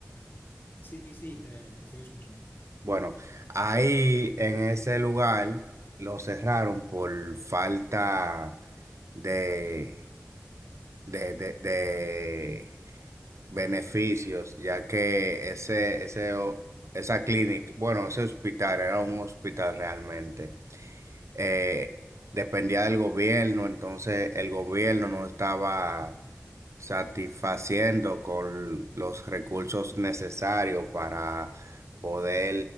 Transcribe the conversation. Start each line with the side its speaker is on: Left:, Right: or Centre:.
Left: sí, sí, te, te estoy escuchando.
Right: bueno, ahí en ese lugar lo cerraron por falta de, de, de, de beneficios, ya que ese, ese, o- esa clínica, bueno, ese hospital era un hospital realmente eh, dependía del gobierno, entonces el gobierno no estaba satisfaciendo con los recursos necesarios para poder